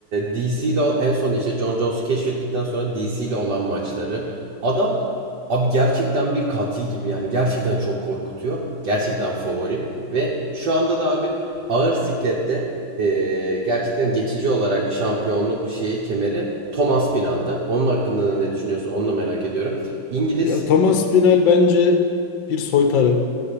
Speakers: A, on the right (about 55°); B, on the left (about 65°).
A: DC ile en son işte Jon Jones'u keşfettikten sonra DC ile olan maçları adam abi gerçekten bir katil gibi yani gerçekten çok korkutuyor. Gerçekten favorim ve şu anda da abi ağır siklette e, gerçekten geçici olarak şampiyonluk şeyi kemeri Thomas Pinal'da. Onun hakkında ne düşünüyorsun? Onu da merak ediyorum. İngiliz
B: Ya Thomas Pinal bence bir soytarı.